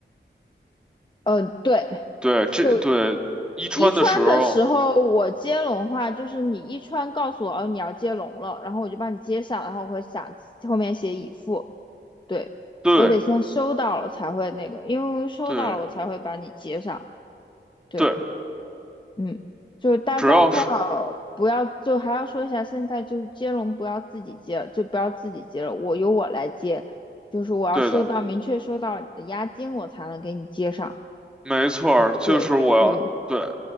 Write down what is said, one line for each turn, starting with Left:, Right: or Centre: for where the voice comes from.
Left: 多，呃，对，
Centre: 对，这对一穿的时候，
Left: 就一穿的时候我接龙话，就是你一穿告诉我哦你要接龙了，然后我就帮你接上，然后我会想后面写已付，对，
Centre: 对
Left: 我得先收到了才会那个，因为收到了我才会把你接上，
Centre: 对
Left: 对。
Centre: 对，
Left: 嗯，就是大家最好不要，
Centre: 只要是
Left: 就还要说一下，现在就是接龙不要自己接，就不要自己接了，我由我来接，就是我要收到明确收到你的押金，
Centre: 对的。
Left: 我才能给你接上。
Centre: 没错儿，就是我要对，
Left: 对对对，